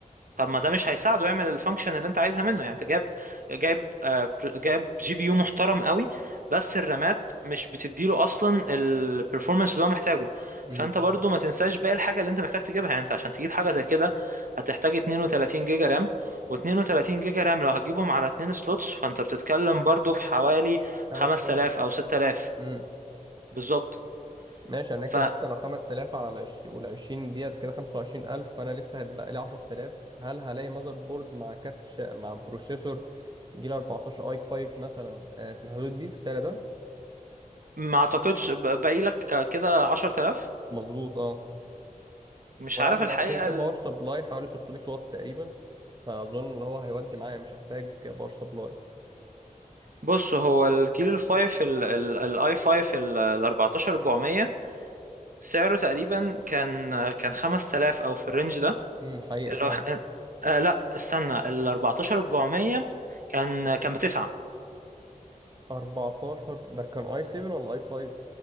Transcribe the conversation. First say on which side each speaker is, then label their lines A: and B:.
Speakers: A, on the right (about 75°); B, on the right (about 30°).
A: طب ما ده مش هيساعده يعمل الفانكشن اللي انت عايزها منه يعني انت جايب جايب آه، بر- جايب جي بي يو محترم قوي بس الرامات مش بتديله اصلا البرفورمانس اللي هو محتاجه
B: امم
A: فانت برضو ما تنساش باقي الحاجه اللي انت محتاج تجيبها يعني انت عشان تجيب حاجه زي كده هتحتاج 32 جيجا رام و32 جيجا رام لو هتجيبهم على اتنين سلوتس فانت بتتكلم برضو في حوالي
B: 5000
A: 5000
B: جنيه
A: او 6000
B: امم
A: بالظبط
B: ماشي يعني
A: فما
B: كده مثلا لو 5000 على العش... وال 20 ديت كده 25000 فانا لسه هتبقى لي 10000 هل هلاقي ماذر بورد مع كارت شا... مع بروسيسور جيل 14 اي 5 مثلا آه، في الحدود دي في السعر ده
A: اعتقدش ب- باقي لك كده 10000
B: مظبوط اه
A: مش
B: وانا
A: عارف
B: عندي
A: الحقيقه
B: كده كده باور سبلاي حوالي 600 واط تقريبا فاظن اللي هو هيودي معايا مش هحتاج باور سبلاي
A: بص هو الجيل الفايف ال- ال- الاي فايف ال 14 400 سعره تقريبا كان كان 5000 او في الرينج ده
B: امم حقيقة
A: اللي
B: فعلا
A: هو إحنا- آه لا استنى ال 14 400 كان كان بتسعة
B: 14 ده كان اي 7 ولا اي 5